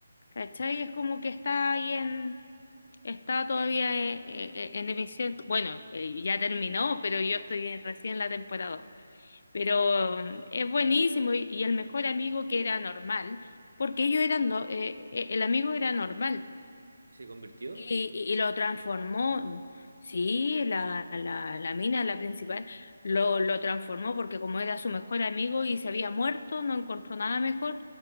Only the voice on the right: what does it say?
¿Y se convirtió?